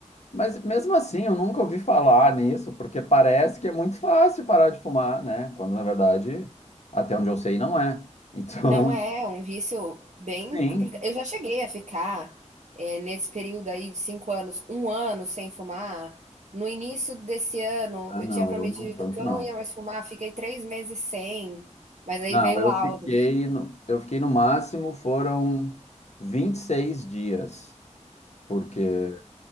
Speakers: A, on the left; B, on the right.
A: Mas mesmo assim, eu nunca ouvi falar nisso, porque parece que é muito fácil parar de fumar, né? Quando na verdade, até onde eu sei, não é. Então,
B: Não é, é um vício bem
A: <laughs> sim.
B: complicado. Eu já cheguei a ficar, eh, nesse período aí de 5 anos, um ano sem fumar. No início desse ano,
A: Ah,
B: eu
A: não,
B: tinha prometido
A: eu não, tanto
B: que eu
A: não.
B: não ia mais fumar, fiquei 3 meses sem, mas aí
A: Não,
B: veio
A: eu
B: o laudo.
A: fiquei no, eu fiquei no máximo foram 26 dias, porque